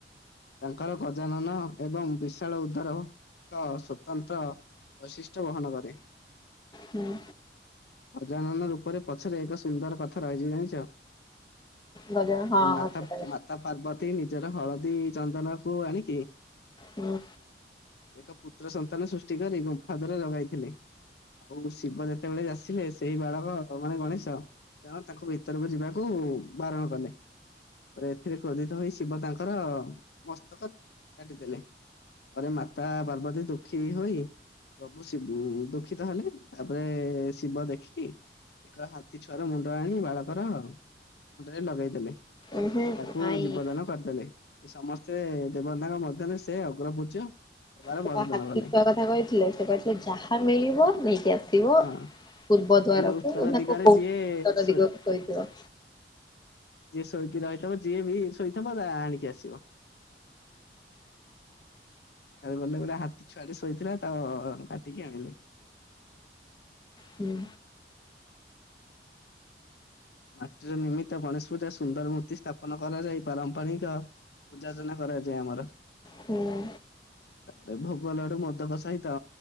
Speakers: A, on the left (about 70°); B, on the left (about 25°).
A: ତାଙ୍କର ଗଜାନନ ଏବଂ ବିଶାଳ ଉଦର ଏକ ସ୍ଵତନ୍ତ୍ର ବୈଶିଷ୍ଟ୍ୟ ବହନ କରେ।
B: ହୁଁ ଉଁ।
A: ଗଜାନନ ରୂପରେ ପଛରେ ଏକ ସୁନ୍ଦର କଥା ରହିଛି ଜାଣିଛ?
B: ଗଜ ହଁ
A: ମାତା
B: ହଁ ସେଟା
A: ମା ତା ପାର୍ବତୀ ନିଜର ହଳଦୀ ଚନ୍ଦନ କୁ ଆଣିକି
B: ହୁଁ
A: ଏକ ପୁତ୍ର ସନ୍ତାନ ସୃଷ୍ଟି କରି ଗୁମ୍ଫା ଦିହରେ ଲଗାଇଥିଲେ, ଆଉ ଶିବ ଯେତେବେଳେ ଆ ଆସିଲେ ସେଇ ବାଳକ ମାନେ ଗଣେଶ ଜାଣ ତାଙ୍କୁ ଭିତରକୁ ଯିବାକୁ ବାରଣ କଲେ। ଏଥିରେ କ୍ରୋଧିତ ହୋଇ ଶିବ ତାଙ୍କର ମସ୍ତକ କାଟିଦେଲେ ପରେ ମାତା ପାର୍ବତୀ ଦୁଃଖୀ ହୋଇ ପ୍ରଭୁ ଦୁଃଖିତ ହେଲେ, ତାପରେ ଶିବ ଦେଖି ଏକ ହାତୀ ଛୁଆର ମୁଣ୍ଡ ଆଣି ବାଳକର ମୁଣ୍ଡରେ ଲଗେଇ ଦେଲେ
B: ଉହୁଁ
A: ତାଙ୍କୁ
B: ନାଇଁ
A: ଜୀବଦାନ କରିଦେଲେ। ସେ ସମସ୍ତେ ଦେବତାଙ୍କ ମଧ୍ୟରେ ସେ ଅଗ୍ରପୂଜ୍ୟ। ହେବାର
B: ସେଟା
A: ବରଦାନ
B: ହାତୀ
A: କଲେ
B: ଛୁଆ କଥା କହୁଥିଲେ, ସେଟା ସେ ଯାହା ମିଳିବ ନେଇକି ଆସି <unintelligible>
A: ହଁ
B: ପୂର୍ବ ଦ୍ୱାର
A: ମାନେ ଉତ୍ତର
B: କୁ
A: ଦିଗରେ
B: <unintelligible>
A: ଯିଏ
B: ଉତ୍ତର
A: ଶୋଇ
B: ଦିଗକୁ ଶୋଇଥିବ।
A: ଯିଏ ଶୋଇକି ରହିଥିବ ଯିଏ ବି ଶୋଇଥିବ ତା ଆଣିକି ଆସିବ। ତାରେ ଗଲେ ଗୋଟେ ହାତୀ ଛୁଆ ଶୋଇଥିଲା ତ କାଟିକି ଆଣିଲେ।
B: ହୁଁ।
A: ମାଟିର ନିମିତ୍ତ ଗଣେଶପୁରା ସୁନ୍ଦର ମୂର୍ତ୍ତି ସ୍ଥାପନ କରାଯାଇ ପାରମ୍ପରିକ ପୂଜାର୍ଚ୍ଚନା କରାଯାଏ ଆମର।
B: ହୁଁ ଉଁ।
A: ତାପରେ ଭୋଗଲଡୁ ମୋଦକ ସହିତ